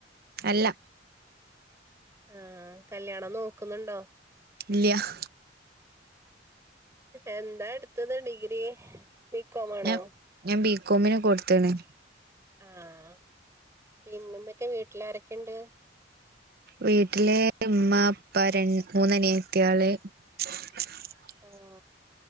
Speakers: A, on the right; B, on the right.
A: അല്ല
B: ആഹ് കല്യാണം നോക്കുന്നുണ്ടോ?
A: ഇല്ല്യാഹ്
B: എന്താ എടുത്തത് ഡിഗ്രി, ബി കോം ആണോ
A: ഞാൻ ഞാൻ ബീകോമിന് കൊടുത്ത്ണ്.
B: ആഹ് പിന്നെന്തൊക്ക വീട്ടിലാരൊക്കെണ്ട്
A: വീട്ടിലെ ഉമ്മ, ഉപ്പ ര മൂന്ന് അനിത്തിയാള് <inaudible>
B: ആഹ്